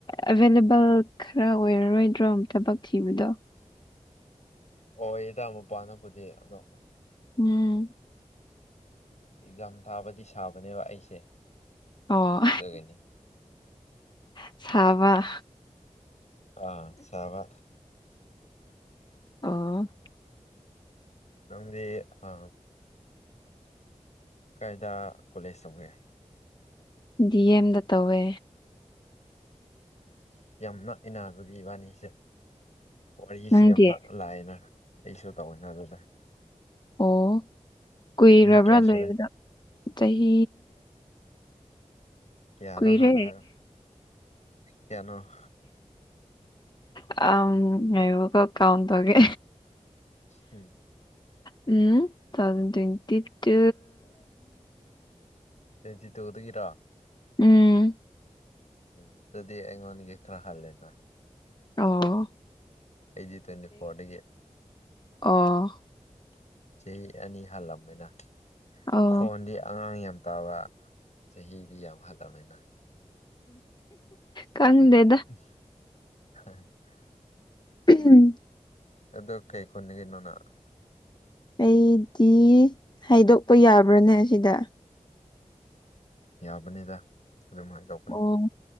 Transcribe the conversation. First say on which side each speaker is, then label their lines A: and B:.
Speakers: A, on the left; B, on the left.
A: ꯑꯦꯚꯏꯂꯦꯕꯜ ꯈꯔ ꯑꯣꯏꯔꯔꯣꯏꯗ꯭ꯔꯣ ꯊꯕꯛ ꯄ ꯊꯤꯕꯤꯗ
B: ꯑꯣ ꯏꯗꯥ ꯃꯄꯥꯅꯕꯨꯗꯤ ꯑꯗꯣ ꯑꯁ
A: ꯎꯝ
B: ꯑꯦꯛꯖꯥꯝ ꯊꯥꯕꯗꯤ ꯁꯥꯕꯅꯦꯕ ꯑꯩꯁꯦ
A: ꯑꯣ
B: ꯑꯗꯨꯒꯤꯅꯦ
A: ꯁꯥꯕ
B: ꯑꯥ ꯆꯥꯕ
A: ꯑꯣ
B: ꯅꯗꯤ ꯑ ꯀꯥꯏꯗ ꯀꯣꯂꯦꯖ ꯆꯪꯒꯦ
A: ꯗꯤ ꯑꯦꯝꯗ ꯇꯧꯋꯦ
B: ꯑꯩ ꯌꯥꯝ ꯅꯛꯏꯅꯥꯗꯨꯗꯤ ꯏꯕꯥꯅꯤꯁꯦ ꯋꯥꯔꯤꯁꯦ
A: ꯅꯪꯗꯤ
B: ꯌꯥꯝ ꯅꯛ ꯂꯥꯛꯑꯦꯅ ꯑꯩꯁꯨ ꯇꯧꯋꯦꯅ ꯑꯗꯨꯗ
A: ꯑꯣ ꯀꯨꯏꯔꯕ꯭ꯔꯥ
B: ꯆꯍꯤ ꯀꯌꯥ ꯁꯨꯔꯦ
A: ꯂꯣꯏꯕꯗ ꯆꯍꯤ
B: ꯀꯌꯥꯅꯣ
A: ꯀꯨꯏꯔꯦ
B: ꯍꯥꯟꯅ ꯍꯥꯏꯔꯣ ꯀꯌꯥꯅꯣ
A: ꯑ ꯑꯕ ꯀ ꯀꯥꯎꯝ ꯇꯒꯦ
B: ꯍ
A: ꯎꯝ two thousand twenty two
B: twenty ꯇꯨꯗꯒꯤꯔꯣ
A: ꯎꯝ
B: ꯎꯝ ꯑꯗꯨꯗꯤ ꯑꯩꯉꯣꯟꯗꯒꯤ ꯈꯔ ꯍꯜꯂꯦꯅ
A: ꯑꯣ
B: ꯑꯩꯗꯤ ꯇ꯭ꯋꯦꯟꯇꯗꯤ ꯐꯣꯔꯗꯒꯤ
A: ꯑ
B: ꯆꯍꯤ ꯑꯅꯤ ꯍꯜꯂꯝꯕꯅꯤꯅ
A: ꯑꯣ
B: ꯈꯣꯟꯗꯤ ꯑꯉꯥꯡ ꯌꯥꯝ ꯇꯥꯕ ꯆꯍꯤꯗꯤ ꯌꯥꯝ ꯍꯜꯂꯝꯃꯤꯅ
A: ꯀꯪꯗꯦ
B: <inaudible>
A: ꯎꯝ
B: ꯑꯗꯣ ꯀꯩ ꯈꯨꯅ ꯀꯅꯣꯅ
A: ꯑꯩꯗꯤ ꯍꯥꯏꯗꯣꯛꯄ ꯌꯥꯕ꯭ꯔꯥꯅꯦ ꯁꯤꯗ
B: ꯌꯥꯕꯅꯤꯗ ꯑꯗꯨꯃꯥꯏꯅ ꯇꯧ
A: ꯑꯣ